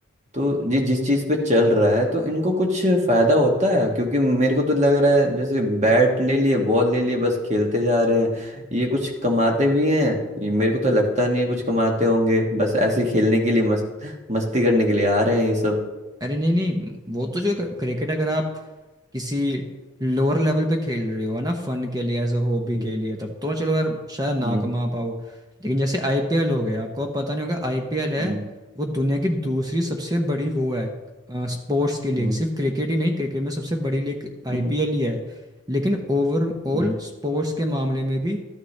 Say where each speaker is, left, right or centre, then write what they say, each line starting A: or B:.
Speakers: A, on the right; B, on the right.
A: तो ये जिस चीज पे चल रहा है तो इनको कुछ फायदा होता है क्योंकि मेरे को तो लग रहा है जैसे बैट ले लिए बॉल ले लिए बस खेलते जा रहे हैं ये कुछ कमाते भी हैं ये मेरे को तो लगता नहीं है कुछ कमाते होंगे बस ऐसे ही खेलने के लिए मस्त मस्ती करने के लिए आ रहे हैं ये सब
B: अरे नहीं नहीं वो तो जो क्रिकेट अगर आप किसी लोअर लेवल पे खेल रहे हो है ना फन के लिए एज अ हॉबी
A: हम्म
B: के लिए तब तो चलो यार शायद ना
A: हम्म
B: कमा पाओ लेकिन जैसे आईपीएल हो गया आपको अब पता नहीं होगा आईपीएल है
A: हम्म,
B: वो दुनिया की दूसरी सबसे बड़ी वो है स्पोर्ट्स की लीग
A: हम्म,
B: सिर्फ क्रिकेट ही नहीं क्रिकेट में सबसे बड़ी लीग आईपीएल
A: हम्म,
B: ही है लेकिन ओवरऑल
A: हम्म,
B: स्पोर्ट्स के मामले में भी